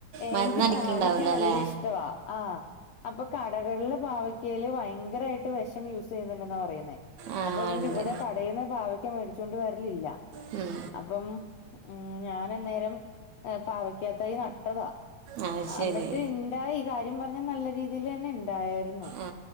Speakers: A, on the right (about 70°); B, on the left (about 75°).
A: മരുന്നടിക്കുന്നുണ്ടാവുമല്ലോ
B: എനിക്ക് പാവയ്ക്ക നല്ല
A: അല്ലേ
B: ഇഷ്ടവാ ആ. അപ്പൊ കടക്കള്ൽ പാവക്കെല് ഭയങ്കരായിട്ട് വെഷം യൂസെ യ്യുന്നുണ്ടെന്നാ പറയുന്നേ.
A: ആ
B: അപ്പൊ അതോണ്ട്
A: ഉണ്ട്
B: ഇവിടെ കടേന്ന് പാവക്ക മേടിച്ചോണ്ട് വരലില്ല.
A: ഉം
B: അപ്പം ഉം ഞാനന്നേരം പാവക്കാ തൈ നട്ടതാ.
A: അത് ശരി
B: അന്നട്ട് ഇണ്ടായി കാര്യം പർഞ്ഞ നല്ല രീതീലെന്നെ ഇണ്ടായെ. രുന്നു
A: ആ